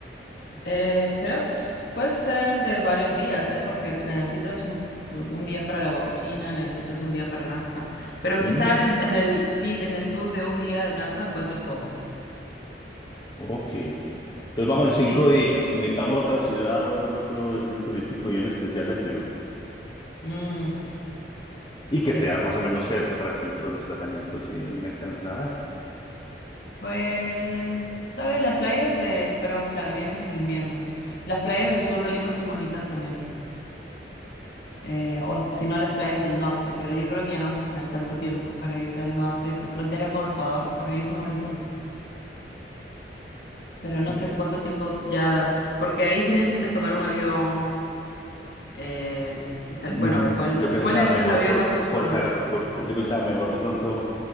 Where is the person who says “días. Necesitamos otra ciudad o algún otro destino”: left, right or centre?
Left